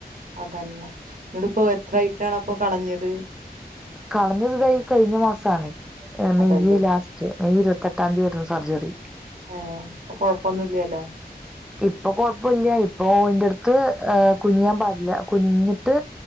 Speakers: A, on the right; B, in the centre.
A: അതന്നെ ഇങ്ങട്ട്പ്പോ എത്രായിട്ടാണ് അപ്പൊ കളഞ്ഞത്?
B: കളഞ്ഞത് ദാ ഈ കഴിഞ്ഞ മാസാണ് മെയ്
A: അതല്ലേ
B: ലാസ്റ്റ് മെയ് ഇരുപത്തെട്ടാം തീയതി സർജറി.
A: ആഹ്, ഇപ്പം കൊഴപ്പൊന്നുല്ലല്ലോ
B: ഇപ്പൊ കൊഴപ്പല്ല. ഇപ്പൊ ഇന്റട്ത്ത് ആഹ് കുനിയാൻ പാടില്ല കുനിഞ്ഞിട്ട്